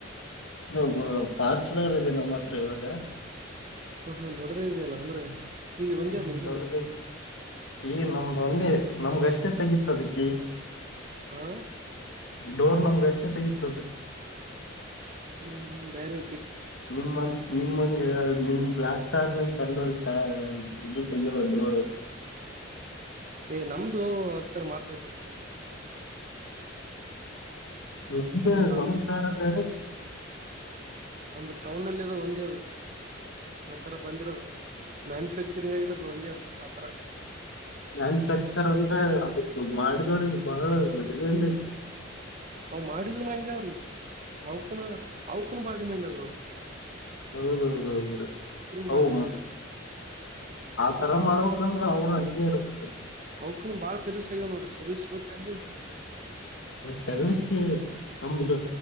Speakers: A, on the left (about 70°); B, on the right (about 40°).
A: <inaudible> ಪಾರ್ಚನರ್ ಇದೆ ನಮ್ಮ ಮಾತ್ರ ಇವಾಗ.
B: ಹ್ಮ ಹ್ಮ ದೊಡ್ಡದೇ ಇದ್ಯಲ್ಲಾ ಅಂದ್ರೆ. ಇಲ್ಲಿ ಒಂದೇ
A: ಹ್ಮ
B: ಅದ ನಿಮ್ಮಲ್ಲಿ
A: ದೊಡ್ಡದಾಯ್ತು ಈಗ ನಮ್ದು ಒಂದೆ ನಮ್ಗೆ ಎಷ್ಟೇ ತಗಿ. <unintelligible> ದಕ್ಕೆ
B: ಆ
A: ಡೋರ್ ನಮ್ಗೆ ಎಷ್ಟೆ ತೆಗಿತದ.
B: ಹ್ಮ್ ಹ್ಮ್ ಬೇರೆ.
A: ನಿಮ ಮನ್ಸ್. ನಿಮಂಗೆ ನಿಮ್ ಬ್ಲಯಾಕ್ಟಾರ್ ನಂಗ ಕಂಡೋರ್ ಇದು ತೆೆಗೆಲ್ಲ ದೋರ್. ಹ್ಮ.
B: ಏ ನಮ್ದು ಹತ್ರರ ಮಾತಾ.
A: ನಮ್ದ
B: ನಮ್ದು
A: ನಮಕಾರ ಬೇರೆ.
B: <inaudible> ಟೌನ್ಲ್ಲಿ ಇರೋದು ಒಂದೇ ಅದು. ಆತರ ಬಂದಿರೋದು ಮ್ಯಾನುಫ್ಯಾಕ್ಚರಿಂಗ್ ಆಗಿದಿರದು ಒಂದೇ ಅದು ಆತರ.
A: ಮ್ಯಾನುಫ್ಯಾಕ್ಚರ್ ಅಂದ್ರೆ. ದುಡ್ಡು ಮಾಡಿದವ್ರರಿಗೆ ಬಹಳ ಡಿಮ್ಯಾಂಡ್ ಆಯ್ತ್ರಿ.
B: ನ ಮಾಡಿದ್ ನಂಗೆವ್ರಿ ಅವಕನು ಅವಕನು ಬಾಟಿ ಮೆಂಡದ. <inaudible>
A: ಹೌದೌದೌದ ಹ
B: ಬಾಳ ಡಿಮ್ಯಾಂಡ್ ಅದು
A: ಆತರ ಮಾಡ. ಯಾಕಂದ್ರ ಅವ್ರರು ಅಂಗೆ ಇರ್ಬೇಕ್ರ.
B: ಅವಕನು ಬಾಳ ಸರ್ವಿಸ್ ಆಗ್ಯವ್ ನೋಡ್ರಿ ಸರ್ವೀಸ ಸಿಗೋತ್ತರ ನೀವ.
A: ಸರ್ವಿಸ್ಗೆ ನಮ್ದ